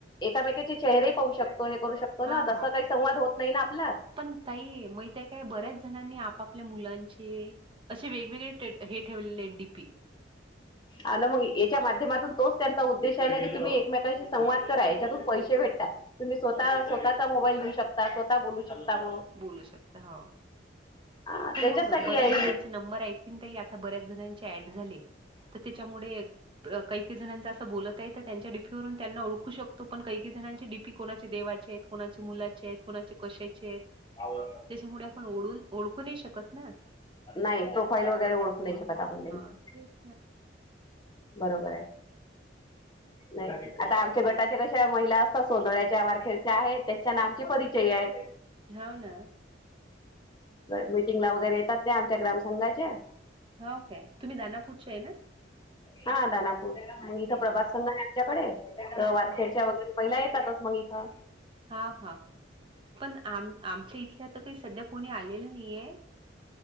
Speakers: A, on the left (about 25°); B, on the right (about 25°).
A: एकामेकीचे चेहरे पाहू शकतो हे करू शकतो
B: हा
A: ना, तसं
B: हा
A: काही संवाद होत नाही ना आपला.
B: पण ताई माहीतेय काय बऱ्याच जणांनी आपापल्या मुलांचे असे वेगवेगळे हे ठेवलेले आहेत डीपी.
A: अ मग याच्या माध्यमातून तोच त्यांचा उद्देश आहे ना की, तुम्ही एकमेकांशी संवाद करा याच्यातून पैसे भेटतात. तुम्ही स्वतः
B: हा
A: स्वतःचा मोबाईल घेऊ शकता, स्वतः बोलू शकता मग.
B: बोलू शकता हो
A: हा
B: पण
A: त्याच्याचसाठी
B: मग बऱ्याच
A: आहे ही
B: जणांची नंबर आय थिंक ताई आता बऱ्याच जणांची ऍड झाले. तर त्याच्यामुळे काही काही जणांच असं बोलत त्यांच्या डीपीवरून त्यांना ओळखू शकतो. पण काही कही जणांची डीपी कोणाचे देवाचे आहेत, कोणाचे मुलाचे आहेत. कोणाचे कशाचे आहेत?
A: हाव
B: त्याच्यामुळे आपण ओढून ओळखू नाही शकत ना.
A: नाही प्रोफाईल वगैरे ओळखू नाही शकत आपण त्यांनी.
B: हा तेच ना.
A: बरोबर आहे. नाही आता आमच्या गटाच्या कशा महिला असतात सोनळ्याच्या वारखेरच्या आहेत त्याच्या नामचे परिचय आहेत.
B: हाव ना.
A: मिीटिंग ला वगैरे येतात त्या आमच्या ग्रामसंघाच्या.
B: हाऊ काय तुम्ही दानापूरच्या आहे ना?
A: हा दानापूर मग इथं
B: हा.
A: प्रभास संघ आहे, आमच्याकडे तर वारखेडच्या
B: ह
A: वगैरे. पहिला येतातच मग इथं.
B: हा हा पण आम-आमच्या इथल्या आता काही सध्या कोणी आलेलं नाहीे.